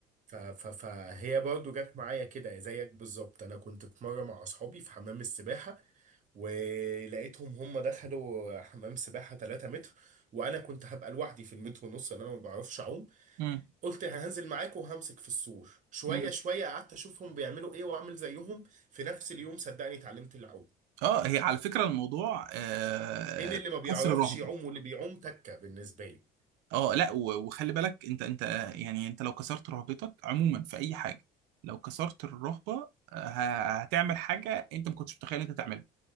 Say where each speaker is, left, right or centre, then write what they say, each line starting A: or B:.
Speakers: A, on the right (about 45°); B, on the right (about 75°).
A: ف- ف- فهي برضو جت معايا كده زيك بالظبط انا كنت في مره مع اصحابي في حمام السباحه ولقيتهم هم دخلوا حمام سباحه 3 متر وانا كنت هبقى لوحدي في المتر ونص لان انا ما بعرفش اعوم
B: امم
A: قلت هنزل معاكم وهمسك في السور شويه
B: امم
A: شويه قعدت اشوفهم بيعملوا ايه واعمل زيهم في نفس اليوم صدقني اتعلمت العوم
B: اه هي على فكره الموضوع آه...
A: بين اللي ما بيعرفش
B: قصر رهبه
A: يعوم واللي بيعوم تكه بالنسبه لي
B: اه لا و- وخلي بالك انت انت يعني انت لو كسرت رهبتك عموما في اي حاجه لو كسرت الرهبه آه، ه- هتعمل حاجه انت ما كنتش متخيل انت تعملها